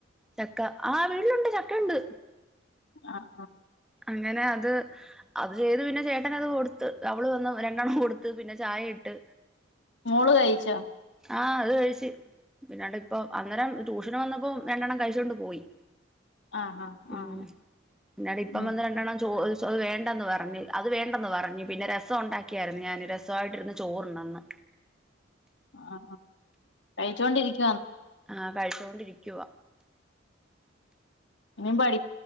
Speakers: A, in the centre; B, on the left.
A: ചക്ക ആ വീട്ടിലുണ്ട് ചക്ക ഉണ്ട്
B: ആഹ ആഹ
A: അങ്ങനെ അത് അത് ചെയ്ത് പിന്നെ ചേട്ടന അത് കൊടുത്ത് അവള് വന്ന് രണ്ടെണ്ണം കൊടുത്ത് പിന്നെ ചായ എട്ട്
B: മോള് കഴിച്ച
A: ആഹ അത് കഴിിച്ചു പിന്നാണ്ട് ഇപ്പൊ അന്നേരം ട്യൂഷന് വന്നപ്പോ രണ്ടെണ്ണം കഴിച്ചൊണ്ട് പോയി
B: ആഹ് ആഹ്
A: ഉം
B: ആഹ
A: പിന്നാണ്ട്
B: <unintelligible>
A: ഇപ്പം വന്ന് രണ്ടെണ്ണം ചോ വേണ്ടന്ന് പറഞ്ഞ് അത് വേണ്ടെന്ന് പറഞ്ഞു പിന്നെ രസം ഉണ്ടാക്കിയായിരുന്നു ഞാൻ രസമായിട്ടിരുന്ന് ചോറുണ്ടന്ന്
B: ആ കഴിച്ചോണ്ടിരിക്കും
A: ആഹ കഴിച്ചൊണ്ടിരിക്കുവ
B: ഉ ഇ ബടി